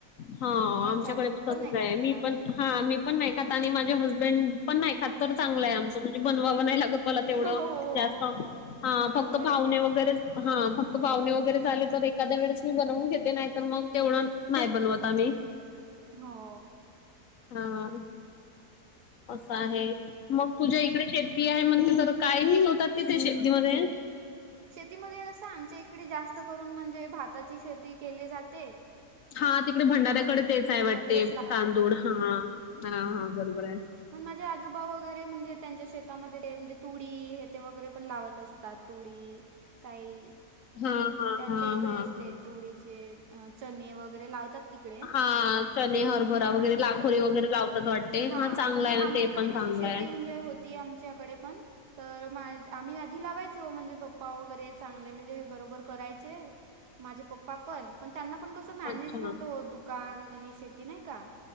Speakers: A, on the left; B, on the right.
A: हा
B: अच्छा,
A: आमच्याकडे
B: अच्छा. तू
A: तसच
B: पण नाही
A: आहे
B: खात
A: मी
B: का?
A: पण. हा मी पण नाही खात आणि माझे हजमेडपण नाही खात तर चांगलं आहे आमचं म्हणजे बनवा व नाही लागत बनवाव लागत. मला
B: हो
A: तेवढं जास्त हा
B: बरोबर
A: फक्त पाहुणे
B: आहे.
A: वगैरे च हा फक्त पाहुणे वगैरे झाले. एखाद्या वेळेस मी बनवून घेते नाही तर मग तेवढं नाही बनवत आम्ही.
B: हो.
A: हा असं आहे मग तुझ्या इकडे. शेती आहे म्हणते तर काहिहि होतात तिथे शेतीमध्ये
B: शेतीमध्ये कस आमच्या इकडे जास्त करून म्हणजे भाताची शेती केली जाते.
A: हा तिकडे भंडाऱ्याकडे तेच
B: तांदूळ
A: आहे
B: वगैरेच
A: वाटते
B: लावतात.
A: तांदूळ हा हा हा बरोबर आहे.
B: मग माझे आजोबा वगैरे म्हणजे त्यांच्या शेतामध्ये म्हणजे तुडी हे ते वगैरे पण लावत असते. ता तुळी काही
A: हा हा
B: त्यांच्या
A: हा
B: इकडे
A: हा
B: असते
A: हा.
B: तुळीचे. चने वगैरे लावतात. तिकडे.
A: हा. चने हरभरा
B: हा
A: वगैरे लाखोरी वगैरे लावतात वाटते
B: हां,
A: हा चांगलं
B: म्हणजे
A: आहे
B: आमच्याकडे
A: न ते पण
B: कशी
A: चांगलं
B: शेती
A: आहे.
B: होती आमच्याकडे पण. तर मा आम्ही आधी लावायचो म्हणजे पप्पा वगैरे चांगले म्हणजे हे बरोबर करायचे. माझे पप्पा पण पण त्यांना पण कसं मॅनेज
A: अच्छा
B: नव्हतं दुकान आणि शेती नाही का.